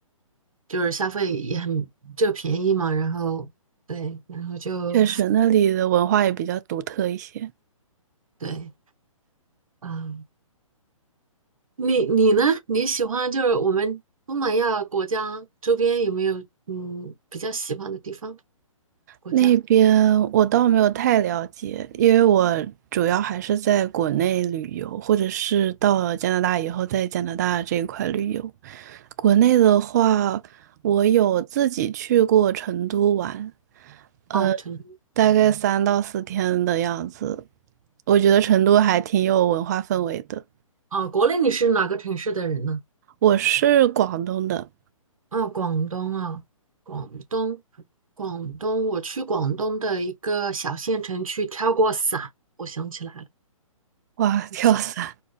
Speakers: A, on the right; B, on the right.
A: 就是消费也很就便宜嘛，然后对，然后就
B: 确实，那里的文化也比较独特一些。
A: 对，啊、你你呢？你喜欢就是我们东南亚国家周边有没有嗯比较喜欢的地方、国家
B: 那边我倒没有太了解，因为我主要还是在国内旅游，或者是到了加拿大以后，在加拿大这一块旅游。国内的话，我有自己去过成都玩，呃，
A: 啊、城
B: 大概三到四天的样子。我觉得成都还挺有文化氛围的。
A: 啊？国内你是哪个城市的人呢？
B: 我是广东的，
A: 啊，广东啊，广东，广东，我去广东的一个小县城去跳过伞，我想起来了，
B: 哇，
A: 一个小县，
B: 跳伞